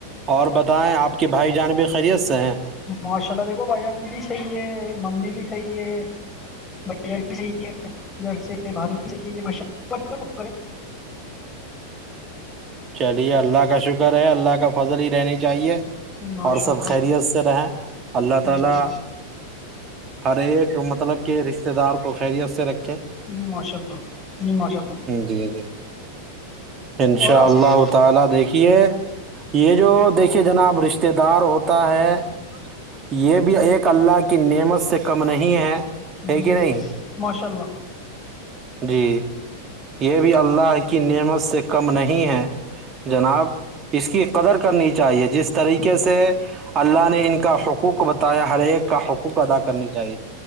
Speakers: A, on the right; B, on the left.
A: اور بتائیں آپ کے بھائی جانبی خیریت سے ہیں
B: ماشاء اللہ دیکھو بھائی جان بھی صحیح ہے ممی بھی صحیح ہے بڑ بھی صحیح ہے ادھر سے بھحیح ہے ہے
A: چلیے اللہ کا شکر ہے اللہ کا فضل ہی رہنی چاہیے
B: جی ماشاء
A: اور سب
B: اللہ
A: خیریت سے رہیں اللہ تعالی
B: جی
A: ہر ایک مطلب کہ رشتتے دار کو خیریت سے رکھ
B: جی ماشاء اللہ جی ماشاء اللہ
A: جی انشاءاللہ
B: اور آپ
A: تالا دیکھیے یہ جو دیکھیے جناب رشتہ دار ہوتا ہے یہ بھی ایک اللہ کی نعمت سے کم نہیں ہے ہے
B: جی
A: کہ نہیں
B: ماشاء اللہ
A: جی یہ بھی اللہ کی نعمت سے کم نہیں ہے جناب اس کی قدر کرنی چاہیے جس طریقے سے اللہ نے ان کا حقوق بتایا ہر ایک کا حقوق ادا کرنی چاہیے